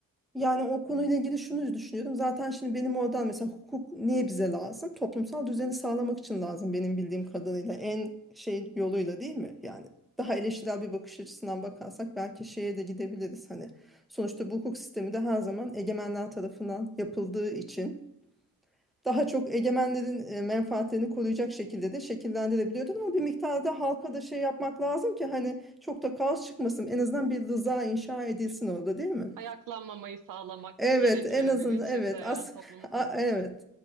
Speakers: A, in the centre; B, on the right.
A: Yani o konuyla ilgili şunu düşünüyordum. Zaten şimdi benim oradan mesela hukuk niye bize lazım? Toplumsal düzeni sağlamak için lazım benim bildiğim kadarıyla. En şey yoluyla değil mi? Yani daha eleştirel bir bakış açısından bakarsak belki şeye de gidebiliriz. Hani sonuçta bu hukuk sistemi de her zaman egemenler tarafından yapıldığı için daha çok egemenlerin e, menfaatlerini koruyacak şekilde de şekillendirilebiliyordur ama bir miktarda halka da şey yapmak lazım ki hani çok da kaos çıkmasın en azından bir rıza inşa edilsin orada değil mi?
B: Ayaklanmamayı sağlamak
A: Evet,
B: gerekiyor
A: en azından
B: bir biçimde
A: evet.
B: yani
A: As
B: toplumu korumak
A: a- evet.
B: için.